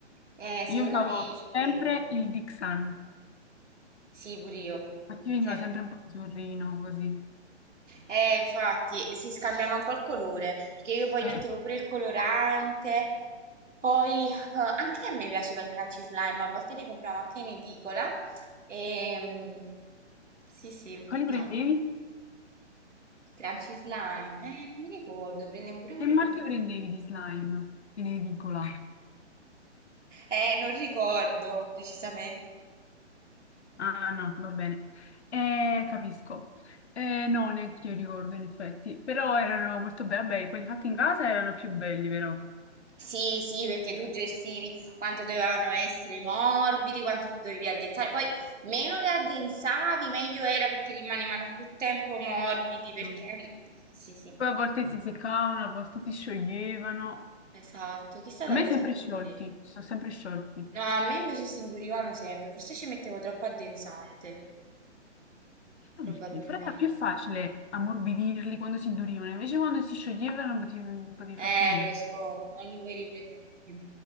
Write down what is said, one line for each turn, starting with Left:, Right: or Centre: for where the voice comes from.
Right: eh, secondo
Left: Io usavo
Right: me ce l'avevo.
Left: sempre il Dixan,
Right: Sì, pure io.
Left: infatti veniva
Right: Sempre.
Left: sempre un po' azzurrino così.
Right: Eh, infatti si scambiava un po' il colore, perché io poi
Left: Eh.
Right: mettevo pure il colorante, poi eh, anche a me piaceva il crunchy slime, a volte li compravo anche in edicola. E, sì, sì,
Left: Quali
Right: no,
Left: prendevi?
Right: il crunchy slime, eh, non mi ricordo, prendevo pure quelli
Left: Che marchio
Right: profumi.
Left: prendevi di slime in edicola?
Right: Eh, non ricordo precisamente.
Left: Ah no, va bene. Eh, capisco. Eh, no, neanche io ricordo in effetti, però erano molto belli, vabbè, quelli fatti in casa erano più belli però.
Right: Sì, sì, perché tu gestivi quanto dovevano essere morbidi, quanto li dovevi addensare. Poi meno le addensavi, meglio era perché rimanevano più tempo morbidi, perché...
Left: Mm.
Right: magari- Eh, sì, sì,
Left: Poi a volte si seccavano, a volte si scioglievano.
Right: esatto. Chissà
Left: A
Right: da
Left: me
Right: cosa
Left: sempre
Right: dipendeva.
Left: sciolti, si sono sempre sciolti. Non
Right: No, a me invece si indurivano sempre, forse ci mettevo troppo addensante,
Left: so
Right: probabilmente.
Left: perché? Però era più facile ammorbidirli quando si indurivano, invece quando si scioglievano non potevi, non potevi
Right: Eh,
Left: fare più niente.
Right: lo so, non li vuoi riprendere più.